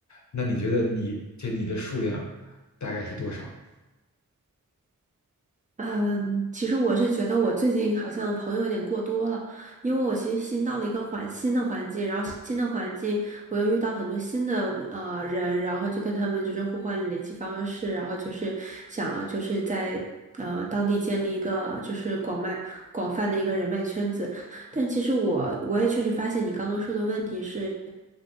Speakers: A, on the left (about 60°); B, on the right (about 25°).
A: 那你觉得你这你的数量大概是多少？
B: 嗯，其实我是觉得我最近好像朋友有点过多了，因为我其实新到了一个环新的环境，然后新的环境我又遇到很多新的呃人，然后就跟他们就是互换联系方式，然后就是想啊就是在呃当地建立一个就是广脉广泛的一个人脉圈子，但其实我我也确实发现你刚刚说的问题是，